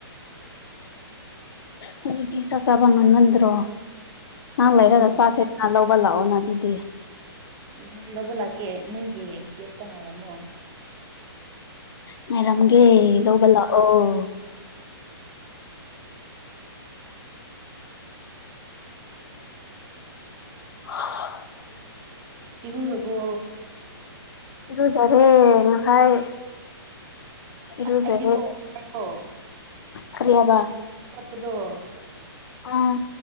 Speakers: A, on the left; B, on the right.
A: ꯍꯧꯖꯤꯛꯇꯤ ꯆꯥꯛ ꯆꯥꯕ ꯉꯟꯃꯟꯗ꯭ꯔꯣ ꯉꯍꯥꯛ ꯂꯩꯔꯒ
B: ꯀꯔꯤ
A: ꯆꯥꯁꯦꯅ ꯂꯧ ꯕ ꯂꯥꯛꯑꯣꯅ ꯑꯗꯨꯗꯤ
B: <unintelligible> ꯂꯧꯕ ꯂꯥꯛꯀꯦ ꯅꯣꯏꯒꯤ ꯒꯦꯠꯇ ꯉꯥꯏꯔꯝꯃꯣ
A: ꯉꯥꯏꯔꯝꯒꯦ ꯂꯧꯕ ꯂꯥꯛꯑꯣ <unintelligible>
B: ꯏꯔꯨꯔꯕꯣ
A: ꯏꯔꯨꯖꯔꯦ ꯉꯁꯥꯏ ꯏꯔꯨꯖꯔꯦ
B: ꯑꯁ ꯑꯩꯗꯤ <unintelligible>
A: ꯀꯔꯤ ꯍꯥꯏꯕ
B: ꯑꯗꯣ
A: ꯑꯥ